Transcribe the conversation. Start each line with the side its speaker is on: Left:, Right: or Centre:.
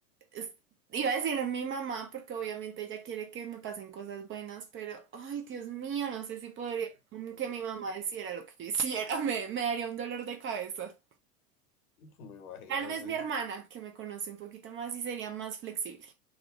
Right: es- Iba a decir mi mamá, porque obviamente ella quiere que me pasen cosas buenas, pero, ay, Dios mío, no sé si podría mm, que mi mamá hiciera lo que yo hiciera, <laughs> me, me daría un dolor de cabeza.
Left: Me imagino,
Right: Tal vez
Left: sí.
Right: mi hermana, que me conoce un poquito más y sería más flexible.